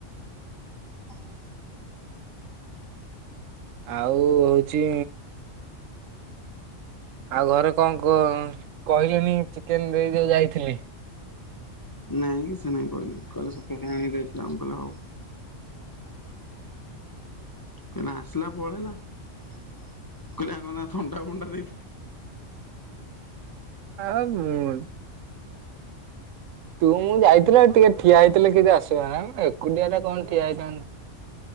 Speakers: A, on the left; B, on the right.
A: ହ <unintelligible>
B: ଆଉ ହଉଛି ଆଉ ଘରେ କଣ କ କହିଲେନି ଚିକେନ ଦେଇ ଯଉ ଯାଇଥିଲି।
A: ନାଇଁ କିଛି ନାଇଁ କହନି କହିଲେ ସତ୍ଯ କାଆଣି ଦେଇଥିଲା ମୁଁ କହିଲି ହଉ। କହିଲା ଆସିଲା ପଳେଇଲା କହିଲେ କଣ ଥଣ୍ଡା ଫଣ୍ଡା ଦେଇଥା
B: ହାଳ ମୁଁନ ତୁ ମୁଁ ଯାଇଥିଲ ଟିକେ ଠିଆ ହେଇଥିଲେ କିଛି ଅସୁବିଧା ନା ଏକୁଟିଆ ଟା କଣ ଠିଆ ହେଇଥାନ୍ତ